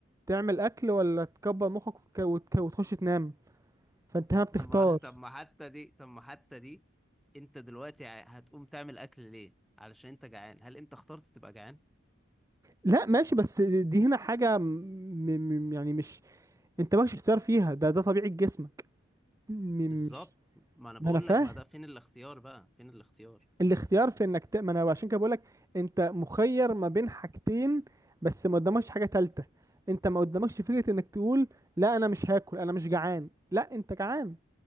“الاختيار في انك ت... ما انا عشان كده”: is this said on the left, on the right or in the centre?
Right